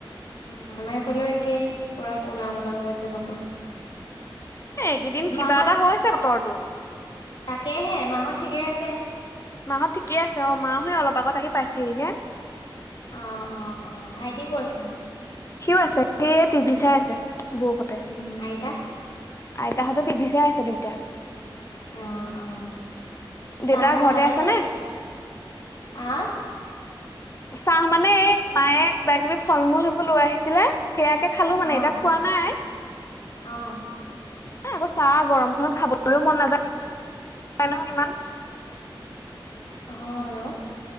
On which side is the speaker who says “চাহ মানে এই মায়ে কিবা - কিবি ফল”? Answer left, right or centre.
Left